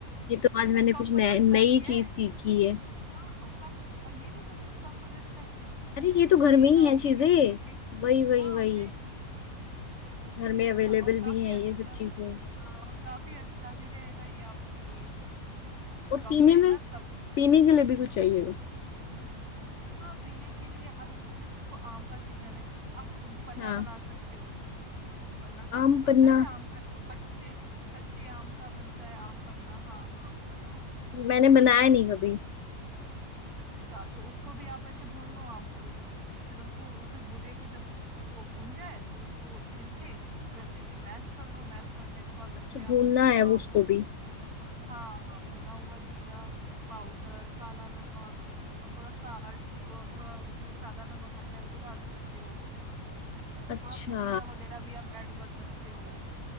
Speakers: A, on the left; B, on the right.
A: ये तो आज मैंने
B: ना कम
A: कुछ
B: बजट
A: नया- नई
B: का भी है
A: चीज सीखी है
B: हाँ और कम ये नहीं सोच रहे कम बजट का है
A: अरे ये तो घर
B: पनीर
A: में
B: लाओगे
A: ही है चीजें
B: कितने के
A: वही वही
B: हाँ
A: वही
B: फिर
A: घर में
B: है
A: अवेलेबल
B: ना और काफी
A: भी हैं
B: अच्छा
A: ये सब चीजें
B: हाँ और काफी अच्छा भी रहेगा ये आपके लिए
A: और
B: कम
A: पीने
B: मेहनत
A: में
B: सब
A: पीने के लिए भी कुछ चाहिएगा
B: हाँ पीने के लिए अब इसमें देखो आम का सीजन है आप पन्ना
A: हाँ
B: बना सकते हो पन्ना तो आपको
A: आम
B: पता
A: पन्ना
B: है आम का जो कच्चे कच्चे आम का बनता है आम पन्ना हाँ हाँ आम पन्ना
A: मैंने बनाया नहीं कभी
B: अच्छा तो उसको भी आप ऐसे भून लो आम को फिर उसको उसके गूदे को जब वो भून जाए तो उसको छिल के फिर अच्छे से मैश कर लो मैश करने के बाद उसमें
A: अच्छा
B: आप
A: भूनना है
B: अ,
A: वो
B: भून
A: उसको भी
B: हाँ हाँ भुना हुआ जीरा पाउडर काला नमक और थोड़ा साल्ट थोड़ा थोड़ा जो सादा नमक आता है वो डाल सकते हो
A: अच्छा
B: थोड़ा पुदीना वगैरह भी आप ऐड कर सकते हो